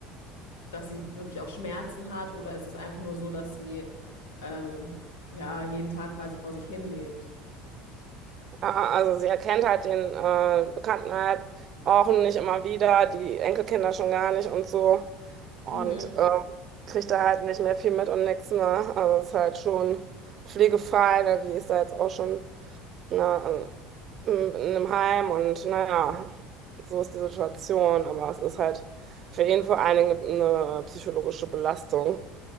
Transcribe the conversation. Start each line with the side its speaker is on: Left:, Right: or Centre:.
Left: dass sie wirklich auch Schmerzen hat, oder ist es einfach nur so, dass sie ähm, ja jeden Tag quasi vor sich hin lebt?
Right: Ja, also sie erkennt halt den äh, Bekannten halt auch nicht immer wieder, die Enkelkinder schon gar nicht und so. Und
Left: Mhm.
Right: ähm, kriegt da halt nicht mehr viel mit und nix, ne? Also ist halt schon pflegefrei, ne? Die ist da jetzt auch schon ne, also, in, in einem Heim und naja, so ist die Situation. Aber es ist halt für ihn vor allen Dingen eine, eine psychologische Belastung.